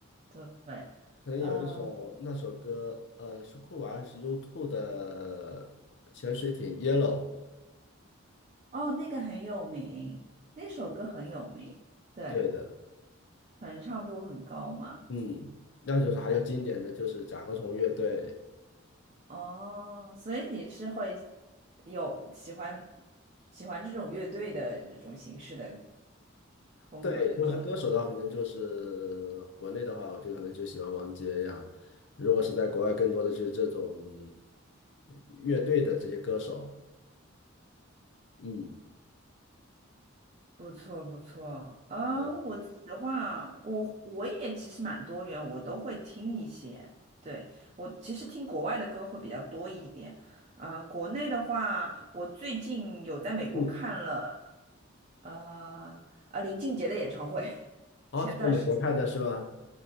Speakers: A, on the right (about 35°); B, on the left (about 55°).
A: 对，
B: 可能有一首那首歌，
A: 嗯，
B: 呃，是酷玩还是 U2 的潜水艇 Yellow？
A: 哦，那个很有名，那首歌很有名，对，
B: 对的，
A: 传唱度很高嘛。
B: 嗯，那就是还有经典的就是甲壳虫乐队，
A: 哦，所以你是会有喜欢喜欢这种乐队的这种形式的风格的歌，
B: 对，如果是歌手的话，可能就是国内的话，我就可能就喜欢王杰呀。如果是在国外，更多的就是这种乐队的这些歌手。嗯，
A: 不错不错。啊、
B: 对，
A: 我自己的话，我我也其实蛮多元，我都会听一些。对，我其实听国外的歌会比较多一点。啊、国内的话，我最近有在美国看了
B: 嗯，
A: 呃啊林俊杰的演唱会，<laughs>
B: 哦，
A: 前段时间。
B: 是在美国看的是吗？